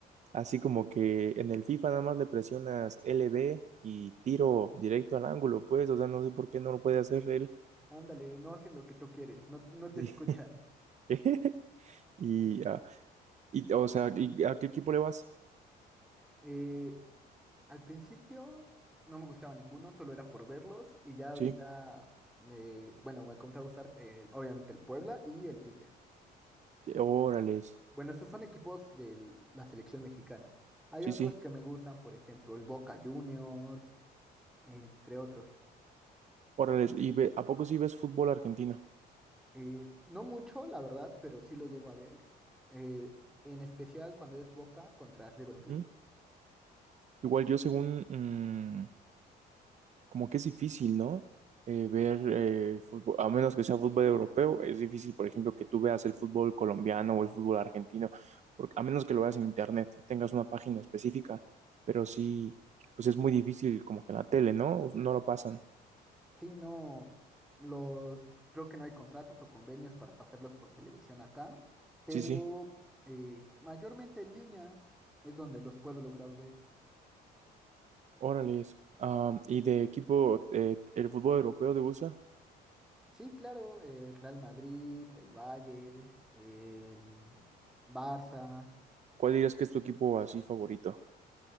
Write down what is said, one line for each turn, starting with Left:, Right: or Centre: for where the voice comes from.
Right: Así como que en el FIFA nada más le presionas LB y tiro directo al ángulo, pues, o sea, no sé por qué no lo puede hacer él.
Centre: Ándale, no hacen lo que tú quieres, no, no te
Right: Sí.
Centre: escuchan.
Right: <laughs> Y, ah, y, o sea, ¿y ¿a qué equipo le vas?
Centre: Eh, al principio no me gustaba ninguno, solo era por verlos y ya ahorita
Right: Sí,
Centre: me, bueno, me comenzó a gustar eh, obviamente el Puebla y el Tigres.
Right: sí, órales,
Centre: Bueno, esos son equipos de la selección mexicana. Hay
Right: sí,
Centre: otros
Right: sí,
Centre: que me gustan, por ejemplo, el Boca Juniors, entre otros.
Right: órales. ¿Y ve- a poco sí ves fútbol argentino?
Centre: Eh, no mucho, la verdad, pero sí lo llego a ver, eh, en especial cuando es Boca contra River Plate.
Right: Ujú. Igual yo según mm, como que es difícil, ¿no? Eh, ver eh, fútbol, a menos que sea fútbol europeo, es difícil, por ejemplo, que tú veas el fútbol colombiano o el fútbol argentino, porque a menos que lo veas en internet, tengas una página específica, pero sí, pues es muy difícil, como que en la tele, ¿no? No lo pasan.
Centre: Sí, no, los, creo que no hay contratos o convenios para pasarlos por televisión acá, pero
Right: Sí, sí,
Centre: eh, mayormente en línea es donde los puedo lograr ver.
Right: órale. es. Ah, ¿y de equipo, eh, el fútbol europeo te gusta?
Centre: Sí, claro, el Real Madrid, el Bayern, el Barça.
Right: ¿Cuál dirías que es tu equipo así favorito?